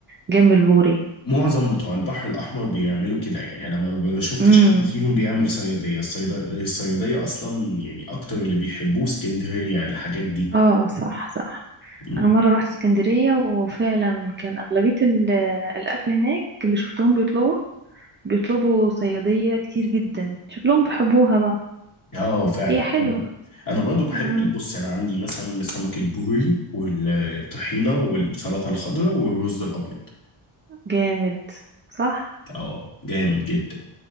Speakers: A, on the right; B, on the left.
A: الجنب البوري
B: معظم بتوع البحر الأحمر بيعملوا كده يعني أنا ما ما شفتش
A: امم
B: حد فيهم بيعمل صيادية الصيد- الصيادية أصلا يعني أكتر اللي بيحبوه اسكندرية الحاجات دي
A: اه صح صح
B: مم.
A: انا مره رحت اسكندريه وفعلا كان اغلبيه ال- الاكل هناك اللي شفتهم بيطلبوا بيطلبوا صياديه كتير جدا شكلهم بيحبوها بقى
B: آه فعلا
A: هي حلوه
B: أنا أنا برضو بحب
A: امم
B: بص أنا عندي مثلا سمك البوري والطحينة والسلطة الخضراء والرز الأبيض
A: جامد صح
B: آه جامد جدا